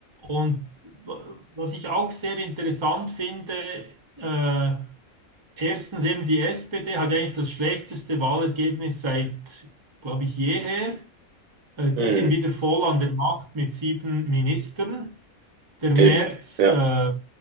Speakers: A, on the right; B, on the right.
A: Und w- was ich auch sehr interessant finde, äh, erstens eben die SPD hat ja eigentlich das schlechteste Wahlergebnis seit, glaube ich, jeher. Äh, die
B: mhm.
A: sind wieder voll an der Macht mit sieben Ministern. Der
B: Eben.
A: Merz
B: Ja.
A: äh,